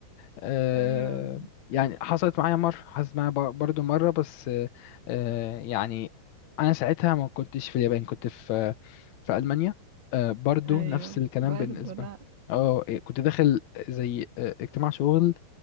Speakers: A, on the left; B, on the right.
A: آه
B: ايوه
A: يعني حصلت معايا مرة حصلت معايا بر- برضو مرة بس آه آه، يعني أنا ساعتها ما كنتش في اليابان كنت في في ألمانيا آه برضو
B: ايوه
A: نفس الكلام
B: برضه
A: بالنسبة
B: لا
A: لهم
B: <laughs>
A: اه إيه، كنت داخل زي آه، اجتماع شغل